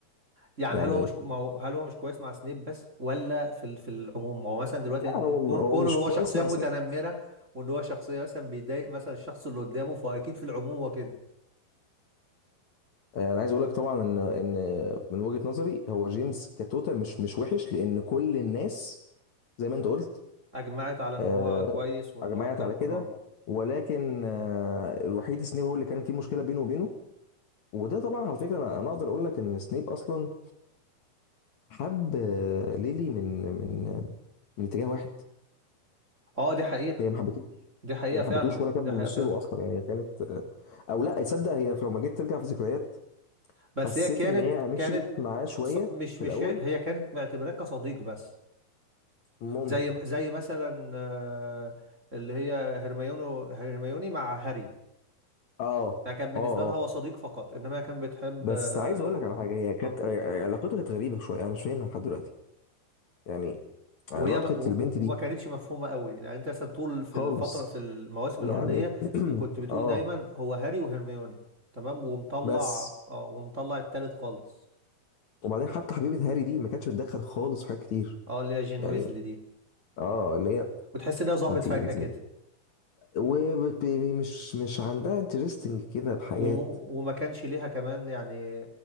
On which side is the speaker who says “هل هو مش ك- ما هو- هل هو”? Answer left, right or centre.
Right